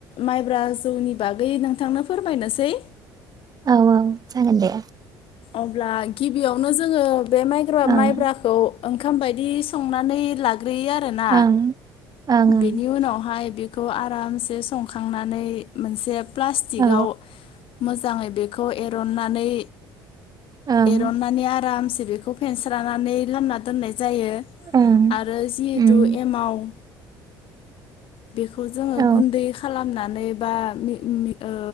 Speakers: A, on the left (about 65°); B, on the right (about 40°).
A: माइब्रा जौनि बागै नोंथांनो फोरमायनोसै
B: औ औ जागोन दे
A: अब्ला गिबियावनो जोङो बे माइग्रा-माइब्राखौ
B: ओं
A: ओंखाम बायदि संनानै ला ग्रोयो आरोना
B: ओं ओं ओं
A: बिनि उनावहाय बेखौ आरामसे संखांनानै मोनसे प्लास्टिकआव
B: औ
A: मोजाङै बेखौ एर'ननानै
B: ओं
A: एर'ननानै आरामसे बेखौ फेनस्रानानै लामना दोननाय जायो
B: ओं
A: आरो जिहेथु
B: उम
A: एमाव बेखौ जोङो
B: औ
A: गुन्दै खालामना नै बा मि मि ओ